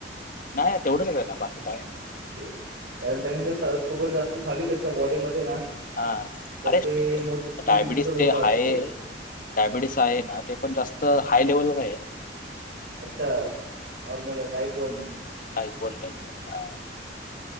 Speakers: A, on the left; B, on the right.
A: नाही तेवढंच ना बाकी काय
B: ओके. कारण त्यांनी शुगर जास्त झाली त्याच्या बॉडीमध्ये ना.
A: हा
B: तर
A: अरे
B: ते मोती
A: डायबिटीस
B: बिंदूचा धोका
A: ते हाय
B: असतो.
A: डायबिटीस आहे ना ते पण जास्त हाय लेवलवर नाही ये.
B: अच्छा normal type one
A: type one टईपला ह.